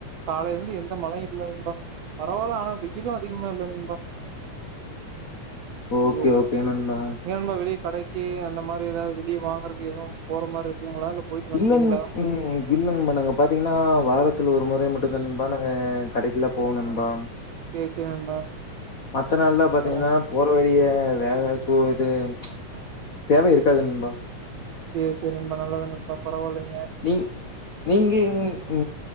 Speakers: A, on the right; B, on the left.
A: காலைலெந்து எந்த மழையு இல்ல நண்பா பரவால்ல ஆனா வெயிலு அதிகமா இல்ல நண்பா
B: ஓகே
A: இது
B: ஓகே நண்பா
A: நீங்க நண்பா வெளிய கடைக்கு அந்த மாரி எதாது வெளிய வாங்கறக்கு எதுவு போற மாரி இருக்குங்களா இல்ல போயிட்டு வந்ட்டீங்களா?
B: இல்லன் ம் இல்ல நண்பா நாங்க பாத்தீங்கன்னா வாரத்துல ஒரு முறை மட் டுதா நண்பா நாங்க கடைக்குலா போவொ நண்பா
A: சேரி சேரி நண்பா
B: மத்த நாள்ல பாத்தீங்கன்னா
A: அப்பறோ
B: போற வளிய <unintelligible> தேவை இருக்காது நண்பா
A: சேரி சேரி நண்பா நல்லது நண்பா பரவால்லைங்
B: நீ நீங்க உ